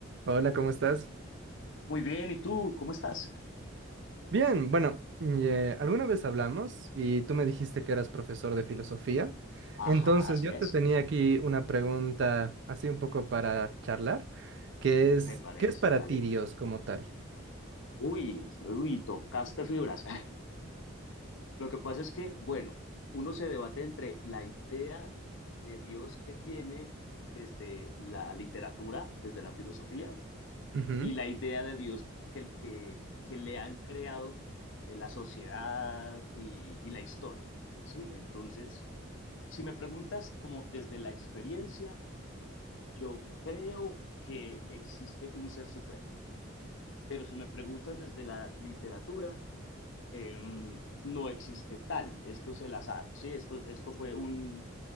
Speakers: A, on the right; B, on the left.
A: Hola, ¿cómo estás?
B: Muy bien, ¿y tú? ¿Cómo estás?
A: Bien, bueno, y, eh, alguna vez hablamos y tú me dijiste que eras profesor de filosofía.
B: Ajá,
A: Entonces
B: así
A: yo
B: es,
A: te tenía aquí una pregunta así un poco para charlar, que es,
B: me parece,
A: ¿qué es para
B: ¿vale?
A: ti Dios como tal?
B: Uy, uy, tocaste fibras. <laughs> Lo que pasa es que, bueno, uno se debate entre la idea de Dios que tiene desde la literatura, desde la filosofía,
A: Ujú,
B: y la idea de Dios que, que, que le han creado eh, la sociedad y, y la historia, ¿sí? Entonces, si me preguntas como desde la experiencia, Yo creo que existe un ser supremo, pero si me preguntas desde la literatura, eh, no existe tal, esto es el azar, ¿sí? esto, esto fue un,